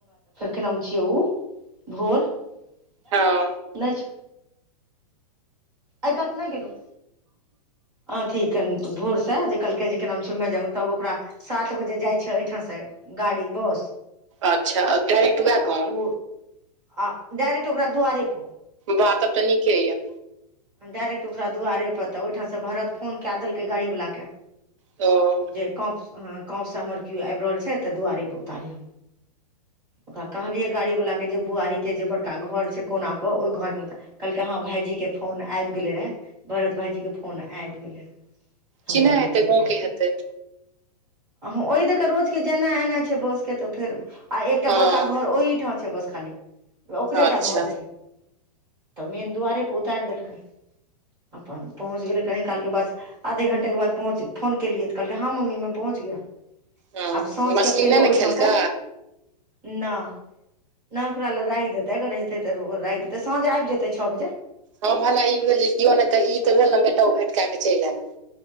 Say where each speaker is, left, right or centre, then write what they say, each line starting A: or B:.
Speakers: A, on the right; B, on the right.
A: की नाम छिय ओ भोर मम्मी
B: हँ
A: नै छौ अइ कात नै गेलौ अथि केँ भोर से जे कहलकै जे कि नाम छिये <unintelligible> त ओकरा सात बजे जाइ छै एहिठाम स गाड़ी बस
B: अच्छा डायरेक्ट वैह
A: तऽ
B: गाँव
A: ओ आ डायरेक्ट ओकरा दुआरे पर
B: वाह तब तऽ निके यऽ
A: डायरेक्ट ओकरा दुआरे पर तऽ ओइठाम स भरत फोन कए देलकै गाड़ीवला केँ
B: ओ
A: जे <unintelligible> हमर केओ आइब रहल छै तऽ दुआरिे पर उतारिह ओकरा कहलियै गाड़ी वाला केँ जे बुआरीके जे बड़का घर छै कोना पर ओइ घर में उतारिहं कहलकै हँ भाईजीे केँ फोन आइब गेलै रहे भरत भाईजीकेँ फोन आइब गेलै हम
B: चिन्है
A: कहलियै
B: हेतै
A: ठीके
B: गाँव केँ
A: छै
B: हेतै
A: ओहि दऽ कऽ रोजकेँ जेनाए एनाए छै बस केँ तऽ फेर आ एकटा
B: हँ
A: बड़का घर ओहि ठाम छै बस खाली ओकरे
B: अच्छा
A: टा घर छै तऽ मेन दुआरे पे उतार देलकै अपन पहुँच गेलै कनि काल के बस आधे घंटे के बाद पहुँच फोन केलिए तऽ कहलके हँ मम्मी में पहुँच गया
B: हँ
A: आब साँझ
B: मछली
A: के फेर
B: नहि ने
A: ओहिठा
B: खेलकै
A: से नय नय ओकरा लए राइख देतै अगर हेतै तऽ राइख देतै साँझ आब जेतै छओ बजे
B: हँ भला ई भेल जे कओ नय तऽ ई तऽ भेल ने बेटा भेट कएकेँ चैल आयल